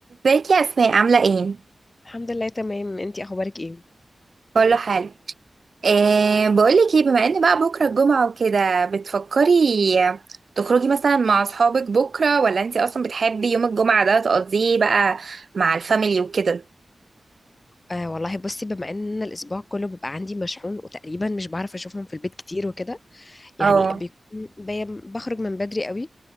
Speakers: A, on the right; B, on the left.
A: ازيك يا اسماء عامله ايه
B: الحمد لله تمام انتي اخبارك ايه
A: كله حلو أه بقولك ايه بما ان بقى بكره الجمعه وكده بتفكري تخرجي مثلا مع اصحابك بكره ولا انتي اصلا بتحبي يوم الجمعه ده تقضيه بقى مع الفاميلي وكده
B: آه والله بصي بما ان الاسبوع كله بيبقى عندي مشحون وتقريبا مش بعرف اشوفهم في البيت كتير وكده يعني
A: اه
B: بيكون ب- بخرج من بدري قوي